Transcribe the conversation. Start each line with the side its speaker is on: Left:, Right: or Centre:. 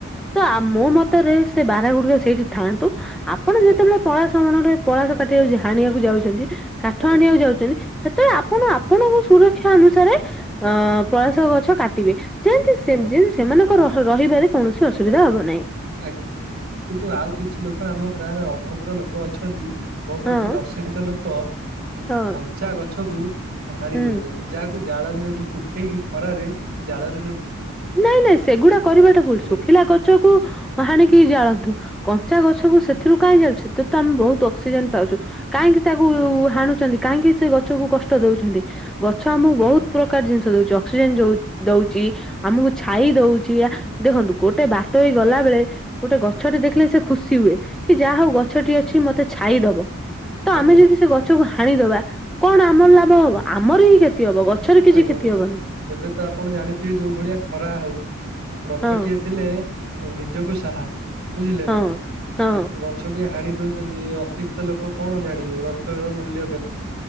Centre: ତ ମୋ ମତରେ ସେ ବାରହା ଗୁଡିକ ସେଇଠି ଥାଆନ୍ତୁ। ଆ ଆପଣ
Right: ଆଜ୍ଞା
Centre: ଯେତେବେଳେ ପଳାଶ ମଣରେ ପଳାସ କାଟି ଯାଉ ହାଣିବାକୁ ଯାଉଛନ୍ତି କାଠ
Right: ଆଜ୍ଞା
Centre: ହାଣିବାକୁ
Right: ଆଜ୍ଞା
Centre: ଯାଉଛନ୍ତି। ତ
Right: ଆଜ୍ଞା
Centre: ଆପଣ ଆପଣଙ୍କୁ ସୁରକ୍ଷା ଅନୁସାରେ ଅ ପଳାସ ଗଛ କାଟିବେ। ଯେମତି ଯେମତି
Right: ଆଜ୍ଞା
Centre: ସେମାନଙ୍କ ରହିବାରେ କୌଣସି ଅସୁବିଧା ହବ ନାହିଁ।
Right: ଆଜ୍ଞା କିନ୍ତୁ ଆଉ କିଛି ଲୋକ ଆମ ଗାଁରେ ଅଭଦ୍ର ଲୋକ ଅଛନ୍ତି। କଣ କରୁଛନ୍ତି
Centre: ହଁ
Right: ଅଶିକ୍ଷିତ ଲୋକ ଉ
Centre: ହଁ
Right: କଞ୍ଚା ଗଛ କୁ ହାଣି
Centre: ହୁଁ।
Right: ଦଉଛନ୍ତି ଯାହା ଜାଳ ଶୁଖେଇକି ଖରାରେ ଜାଳରେ
Centre: ନାଇଁ ନାଇଁ ସେଗୁଡା କରିବାଟା ଭୁଲ ଶୁଖିଲା
Right: ନା
Centre: ଗଛକୁ ହାଣିକି ଜାଳନ୍ତୁ। କଞ୍ଚା ଗଛକୁ ସେଥିରୁ କାହିଁ ଯାଉଛ ସେଥିରେ ତ ଆମେ ବହୁତ ଅକ୍ସିଜେନ ପାଉଛୁ। କାହିଁକି ତାକୁ ହାଣୁଛନ୍ତି କାହିଁକି ସେ ଗଛକୁ କଷ୍ଟ ଦଉଛନ୍ତି। ଗଛ ଆମକୁ ବହୁତ ପ୍ରକାର ଜିନିଷ ଦଉଛି ଅକ୍ସିଜେନ ଯଉଛି। ଦଉଛି ଆମକୁ ଛାଇ ଦଉଛି ଦେଖନ୍ତୁ ଗୋଟେ ବାଟ ହେଇ ଗଲା ବେଳେ ଗୋଟେ ଗଛଟି ଦେଖିଲେ ସେ ଖୁସି ହୁଏ କି ଯାହା ହଉ ଗଛଟି ଅଛି ମତେ ଛାଇଦବ। ତ
Right: ଆଜ୍ଞା
Centre: ଆମେ ଯଦି ସେ ଗଛକୁ ହାଣିଦବା କଣ ଆମର ଲାଭ ହବ ଆମର ହିଁ କ୍ଷତି ହବ ଗଛ। ଗଛରେ କିଛି
Right: ଆଜ୍ଞା।
Centre: କ୍ଷତି ହବନି
Right: ଏବେ ତ ଆପଣ ଜାଣିଥିବେ ଯୋଉ ଭଳିଆ ଖରା ହଉଛି ଗଛଟିଏ।
Centre: ହଁ
Right: ଥିଲେ ନିଜକୁ ସାହା ବୁଝିଲେ
Centre: ହଁ
Right: ନା।
Centre: ହଁ
Right: ଗଛକୁ ହାଣି ଦଉଛନ୍ତି ଅଶିକ୍ଷିତ ଲୋକ କଣ ଜାଣିବେ ଗଛର ମୂଲ୍ୟ କେତେ?